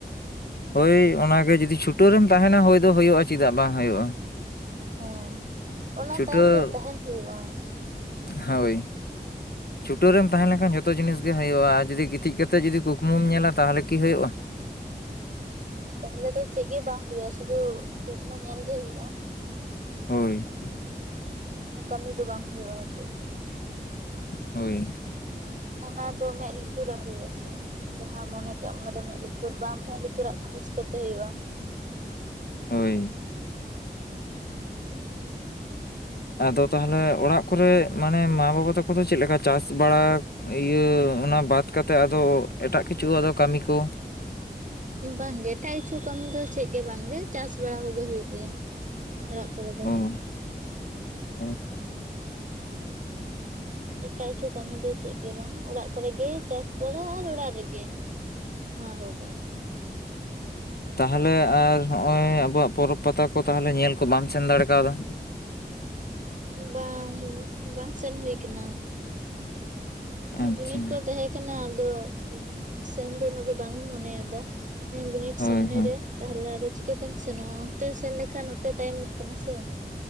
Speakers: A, on the left; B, on the right.
A: ᱦᱳᱭ ᱚᱱᱟᱜᱮ ᱡᱩᱫᱤ ᱪᱷᱩᱴᱟᱹᱣ ᱨᱮᱢ ᱛᱟᱸᱦᱮᱱᱟ ᱦᱳᱭ ᱫᱚ ᱦᱳᱭᱳᱜᱼᱟ ᱪᱮᱫᱟᱜ ᱵᱟᱝ ᱦᱩᱭᱩᱜᱼᱟ᱾
B: ᱦᱮᱸ ᱚᱱᱟ
A: ᱪᱷᱩᱴᱟᱹᱣ
B: ᱛᱟᱭᱚᱢ ᱛᱮ ᱛᱟᱸᱦᱮᱱ ᱦᱩᱭᱩᱜᱼᱟ᱾
A: ᱦᱳᱭ ᱪᱷᱩᱴᱟᱹ ᱨᱮᱢ ᱛᱟᱦᱮᱸ ᱞᱮᱱᱠᱷᱟᱱ ᱡᱚᱛᱚ ᱡᱤᱱᱤᱥ ᱜᱮ ᱦᱩᱭᱩᱜᱼᱟ, ᱟᱨ ᱡᱩᱫᱤ ᱜᱤᱛᱤᱡ ᱠᱟᱛᱮ ᱡᱩᱫᱤ ᱠᱩᱠᱢᱩᱢ ᱧᱮᱞᱟ ᱛᱟᱦᱚᱞᱮ ᱠᱤ ᱦᱩᱭᱩᱜᱼᱟ᱾
B: ᱛᱟᱦᱞᱮ ᱫᱚ ᱪᱮᱫ ᱜᱮ ᱵᱟᱝ ᱦᱳᱭᱳᱜᱼᱟ ᱥᱩᱫᱩ ᱠᱩᱠᱢᱚ ᱧᱮᱞ ᱜᱮ ᱦᱳᱭᱳᱜᱼᱟ᱾
A: ᱦᱳᱭ
B: ᱠᱟᱹᱢᱤ ᱫᱚ ᱵᱟᱝ ᱦᱩᱭᱩᱜᱼᱟ ᱪᱮᱫ ᱜᱮ᱾
A: ᱦᱳᱭ
B: ᱚᱱᱟ ᱫᱚ ᱢᱮᱸᱫ ᱞᱩᱛᱩᱨᱟᱜ ᱦᱩᱭᱩᱜᱼᱟ ᱥᱮ ᱡᱟᱸᱦᱟ ᱢᱚᱱᱮ ᱟᱜ ᱚᱱᱟ ᱫᱚ ᱢᱮᱫ ᱞᱩᱛᱩᱨ ᱵᱟᱝ ᱢᱮᱫ ᱞᱩᱛᱩᱨᱟᱜ ᱠᱷᱟᱱ ᱫᱚ ᱪᱤᱠᱟᱹᱛᱮ ᱦᱩᱭᱩᱜᱼᱟ᱾
A: ᱦᱳᱭ ᱟᱫᱚ ᱛᱟᱦᱚᱞᱮ ᱚᱲᱟᱜ ᱠᱚᱨᱮ ᱢᱟᱱᱮ ᱢᱟ ᱵᱟᱵᱟ ᱛᱟᱠᱚ ᱫᱚ ᱪᱮᱫ ᱞᱮᱠᱟ ᱪᱟᱥ ᱵᱟᱲᱟ᱾ ᱤᱭᱟᱹ ᱚᱱᱟ ᱵᱟᱫ ᱠᱟ ᱠᱟᱛᱮᱫ ᱟᱫᱚ ᱮᱴᱟᱜ ᱠᱤᱪᱷᱩ ᱟᱫᱚ ᱠᱟᱹᱢᱤ ᱠᱚ᱾
B: ᱵᱟᱝᱜᱮ ᱮᱴᱟᱜ ᱠᱤᱪᱷᱩ ᱠᱟᱹᱢᱤ ᱫᱚ ᱪᱮᱫ ᱜᱮ ᱵᱟᱝᱜᱮ ᱪᱟᱥ ᱵᱟᱲᱟ ᱠᱚᱜᱮ ᱦᱩᱭᱩᱜ ᱜᱮᱭᱟ᱾ ᱚᱲᱟᱜ ᱠᱚᱨᱮ ᱫᱚ
A: ᱚᱸ ᱚ
B: ᱮᱴᱟᱜ ᱠᱤᱪᱷᱩ ᱠᱟᱹᱢᱤ ᱫᱚ ᱪᱮᱫ ᱜᱮ ᱵᱟᱝ ᱚᱲᱟᱜ ᱠᱚᱨᱮᱜᱮ ᱪᱟᱥ ᱠᱚᱫᱚ ᱟᱨ ᱚᱲᱟᱜ ᱨᱮᱜᱮ᱾ ᱚᱱᱟ ᱠᱚᱜᱮ
A: ᱛᱟᱦᱚᱞᱮ ᱟᱨ ᱦᱚᱜᱼᱚᱭ ᱟᱵᱚᱣᱟᱜ ᱯᱚᱨᱚᱵᱽ ᱯᱟᱛᱟ ᱠᱚ ᱛᱟᱦᱚᱞᱮ ᱧᱮᱞ ᱠᱚ ᱵᱟᱢ ᱥᱮᱱ ᱫᱟᱲᱮ ᱠᱟᱣᱫᱟ᱾
B: ᱵᱟᱝ ᱵᱟᱝ ᱥᱮᱱ ᱦᱩᱭ ᱠᱟᱱᱟ᱾ ᱚᱸ
A: ᱟᱪᱪᱷᱟ
B: ᱵᱤᱱᱤᱰ ᱠᱚ ᱛᱟᱸᱦᱮ ᱠᱟᱱᱟ ᱟᱫᱚ ᱥᱮᱱ ᱫᱚ ᱩᱱᱟᱹᱜ ᱫᱚ ᱵᱟᱝ ᱤᱧ ᱢᱚᱱᱮ ᱟᱫᱟᱜᱼᱟ᱾ ᱢᱮᱫᱟᱧ ᱵᱤᱱᱤᱰ
A: ᱦᱳᱭ
B: ᱥᱟᱢᱱᱮ
A: ᱦᱳᱭ
B: ᱨᱮ ᱛᱟᱦᱚᱞᱮ ᱟᱫᱚ ᱪᱤᱠᱟᱹᱛᱮᱢ ᱥᱮᱱᱚᱜᱼᱟ, ᱚᱱᱛᱮᱢ ᱥᱮᱱ ᱞᱮᱠᱷᱟᱱ ᱚᱱᱛᱮ ᱛᱟᱭᱚᱢᱚᱜ ᱠᱟᱱᱟ ᱥᱮ᱾